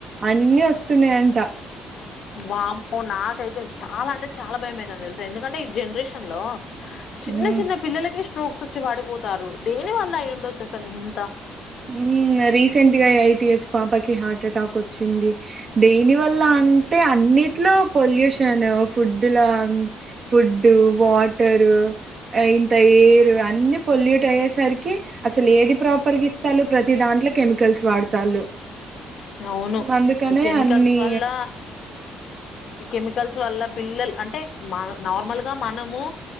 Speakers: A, on the right; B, on the left.
A: అన్ని వస్తున్నాయంట
B: వామ్మో నాకైతే చాలా అంటే చాలా భయమైతాంది తెలుసా ఎందుకంటే ఈ జనరేషన్ లో చిన్న
A: ఉమ్
B: చిన్న పిల్లలకే స్ట్రోక్స్ వచ్చి పడిపోతారు దేని వల్ల అయి ఉండొచ్చు అసలు ఎంత
A: ఊ రీసెంట్గా ఎయిట్ ఇయర్స్ పాపకి హార్ట్ అటాక్ వచ్చింది దేనివల్ల అంటే అన్నిట్లో పొల్యూషన్ ఫుడ్డుల ఫుడ్డు వాటరు ఇంత ఎయిర్ అన్నిీ పొల్యూట్ అయ్యేసరికి అసలు ఏది ప్రాపర్గా ఇ లు ప్రతి దాంట్లో కెమికల్స్ వాడతాళ్ళు
B: అవును
A: అందుకనే
B: ఈ కెమికల్స్
A: అన్ని
B: వల్ల ఈ కెమికల్స్ వల్ల పిల్లలు అంటే మన నార్మల్ గా మనము